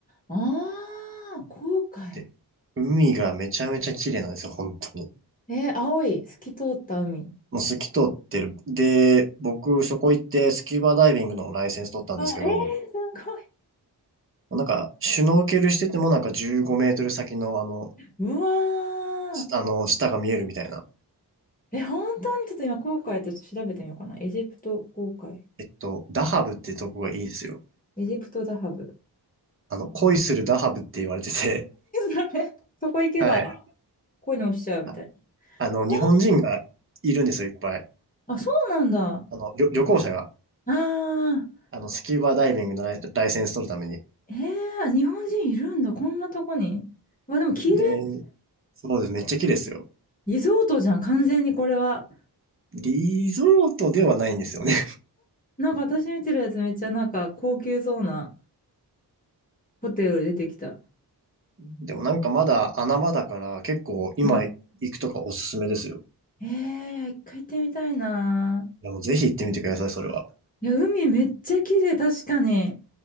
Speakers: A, on the left; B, on the right.
A: ああ、紅海。
B: で、海がめちゃめちゃ綺麗なんですよ、本当に。
A: えー青い、透き通った海。
B: もう透き通ってる。で、僕、そこ行ってスキューバダイビングのライセンス取ったんですけど、
A: あ、えー、すごい。
B: なんか、シュノーケルしててもなんか15メートル先のあの、
A: うわー。
B: あの、下が見えるみたいな。
A: え、本当にちょっと今、航海と調べてみようかな。エジプト航海。
B: えっと、ダハブってとこがいいですよ。
A: エジプトザハブ。<laughs>
B: あの、恋するダハブって言われてて、
A: 何それそこ行けば
B: <laughs> はい。
A: 恋に落ちちゃうみたい
B: ああの、
A: な。
B: 日本人がいるんですよ、
A: うわ
B: いっぱい。
A: あ、そうなんだ。
B: あの、旅、旅行者が。
A: ああ、
B: あの、スキューバダイビングのライ、ライセンス取るために。
A: ええ日本人いるんだ。こんなとこに。わ、でも綺麗。
B: で、そうです。めっちゃ綺麗ですよ。
A: リゾートじゃん、完全にこれは。
B: リゾートではないんですよね。
A: なんか私見てるやつめっちゃなんか高級そうなホテル出てきた。
B: <laughs> でもなんかまだ穴場だから結構今行くとかおすすめですよ。
A: うんええいや、一回行ってみたいな。
B: いやもうぜひ行ってみてください、それは。
A: いや、海めっちゃ綺麗、確かに。